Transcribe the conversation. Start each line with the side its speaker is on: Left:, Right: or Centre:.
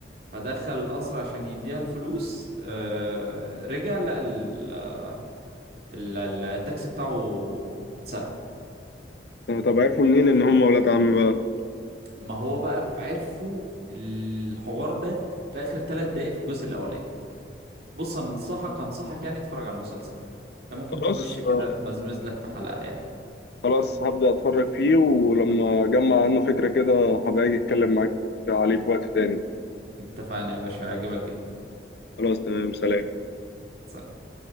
Right: فدخل القصر عشان يديها الفلوس آه رجع لقى ال- ال- التاكسي بتاعه اتسرق
Left: طب عرفوا منين ان هم ولاد عم بقى
Right: ما هو بقى ف- عرفوا الحوار ده في اخر ثلاث دقايق في الجزء الاولاني بص انصحك انصحك يعني اتفرج على المسلسل ده انت ممكن
Left: خلاص
Right: تخش كده
Left: آه.
Right: تمزمز لك في حلقة يعني
Left: خلاص هبدأ اتفرج فيه ولما اجمع عنه فكرة كده هبقى اجي اتكلم معاك عليه في وقت تاني
Right: اتفقنا يا باشا هيعجبك جدا
Left: خلاص تمام سلام
Right: سلام.